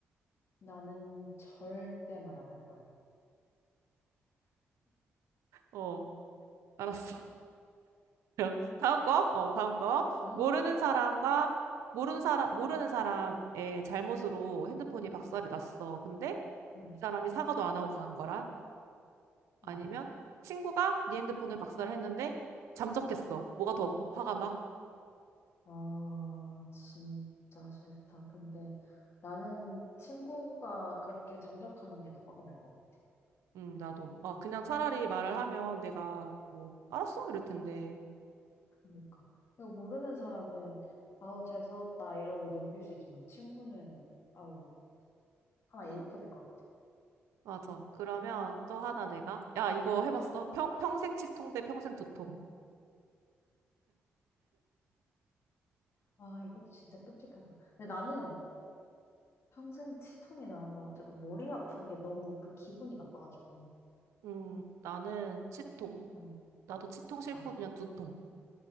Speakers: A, on the left (about 60°); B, on the right (about 85°).
A: 나는 절대 말 안 할 거야.
B: 어, 알았어. <laughs> 다음 거? 어, 다음 거.
A: 응?
B: 모르는 사람과, 모르는 사람, 모르는 사람의 잘못으로 핸드폰이 박살이 났어. 근데
A: 응,
B: 이 사람이 사과도 안 하고 간 거랑, 아니면
A: 응.
B: 친구가 네 핸드폰을 박살했는데 잠적했어. 뭐가 더 화가 나?
A: 아, 진짜 싫다. 근데 나는 친구가 그렇게 잠적하는 게 더 화가 날 것 같아.
B: 음, 나도. 아, 그냥 차라리 말을 하면 내가 뭐 알았어 이럴 텐데.
A: 그러니까. 이거 모르는 사람은, 아우, 재수없다, 이러고 넘길 수 있지만, 친구는, 아우, 하나 잃게
B: 음,
A: 될 것 같아.
B: 맞아. 그러면 또 하나 내가 야, 이거 해봤어?
A: 응.
B: 평, 평생 치통 대 평생 두통.
A: 아, 이것도 진짜 끔찍하다. 근데 나는 평생 치통이 나은 것 같아도 머리 아픈 게 너무 그 기분이 나빠가지고.
B: 음, 나는 치통.
A: 응.
B: 나도 치통 싫고
A: 아,
B: 그냥 두통.